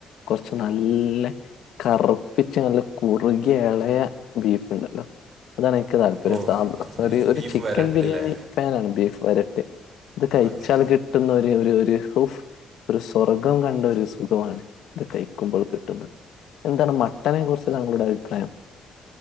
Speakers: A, on the left; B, on the right.
A: കൊറച്ച്നല്ല കറുപ്പിച്ച നല്ല കുറുകിയ എളയ ബീഫ് ഇണ്ടല്ലോ അതാണ് എക്ക് താല്പര്യംസാ
B: ഓ ബീ-
A: ഒരു ഒരു
B: ബീഫ്
A: ചിക്കൻ
B: വരട്ടില്ലേ
A: ബിരിയാണി ഫാനാണ് ബീഫ് വരട്ട് ഇത് കഴിച്ചാൽ
B: ഓക്കെ
A: കിട്ടുന്ന ഒരു ഒരു ഒരു ഉഫ് ഒരു സ്വർഗം കണ്ട ഒരു സുഖമാണ് ഇത് കയിക്കുമ്പോൾ കിട്ടുന്നത് എന്താണ് മട്ടനെ കുറിച്ച് താങ്കളുടെ അഭിപ്രായം